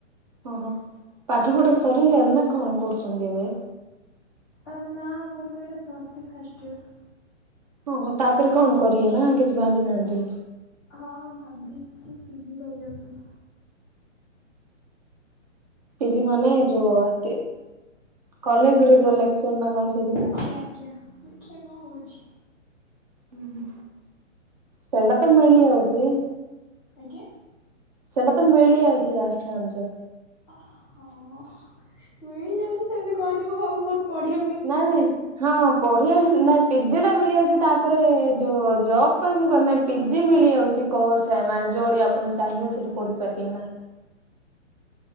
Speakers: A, on the right; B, on the left.
A: ଓହୋ। ପାଠ ପଢା ସରିଲାଣି ନା କଣ କରୁଛନ୍ତି ଏବେ?
B: ଆରେ ନା ମୋର ତ ଏଇଟା ପ୍ଲସ ଥ୍ରୀ ଫାଷ୍ଟ ଇୟର।
A: ଓହୋ ତାପରେ କଣ କରିବେ? ନା କିଛି ଭାବି ନାହାନ୍ତି।
B: ହଁ ଭାବିଛି ପିଜି କରିବା ପାଇଁ।
A: ପିଜି ମାନେ ଯୋଉ <inaudible> କଲେଜରେ ଯୋଉ ଲେକ୍ଚର ନା କଣ ସେଥି
B: ଆଜ୍ଞା ଆଜ୍ଞା। ଦେଖିବା କଣ ହଉଛି?
A: ହୁ ହୁ ସେଇଟା ତ ମିଳିଯାଉଛି।
B: ଆଜ୍ଞା।
A: ସେଇଟା ତ ମିଳି ଯାଉଛି ଆସାମରେ।
B: ହଁ ମିଳିଯାଉଛି ସେମିତି କହିଲେ କ ହଁ ବହୁତ ପଢ଼ିଆ।
A: ନା ନାଇଁ। ହଁ ପଢିବାଆ ନାଇ ପିଜି ଟା ମିଳିଯାଉଛି ତାପରେ ଯୋଉ ଜବ୍ ପାଇଁ ମୁଁ କରିନହିଁ ପିଜି ମିଳିଯାଉଛି କହସ ମାନେ ଯୋଁଠି ଆପଣ ଚାହିଁ ସେଠି ପଢିପାରିବେ ନା?